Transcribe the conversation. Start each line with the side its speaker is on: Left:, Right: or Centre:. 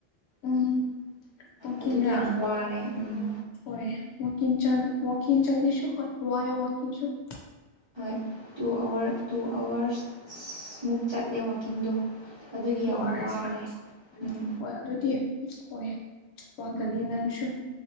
Left: ꯎꯝ ꯋꯥꯛꯀꯤꯡꯔꯥ
Right: ꯑꯗꯨꯒꯤ ꯌꯥꯝ ꯋꯥꯔꯦ ꯎꯝ
Left: ꯍꯣꯏ ꯋꯥꯀꯤꯡ ꯆ ꯋꯥꯀꯤꯡ ꯆꯗꯤꯁꯨ ꯍꯣꯏ ꯋꯥ ꯋꯥꯀꯤꯁꯨ
Right: ꯍꯣꯏ ꯇꯨ ꯑꯋꯥꯔ ꯇꯨ ꯑꯋꯥꯔꯁ ꯃꯨꯛ ꯆꯠꯂꯦ ꯋꯥꯛꯀꯤꯡꯗꯣ ꯑꯗꯨꯒꯤ
Left: ꯊ꯭ꯔꯨ
Right: ꯌꯥꯝ
Left: ꯑꯥꯔ
Right: ꯋꯥꯔꯦ
Left: ꯑꯦꯛꯁꯇ꯭ꯔꯥ
Right: ꯎꯝ
Left: ꯑꯗꯨꯗꯤ ꯏꯣꯏ ꯋꯥꯒꯅꯤ ꯅꯟꯁꯨ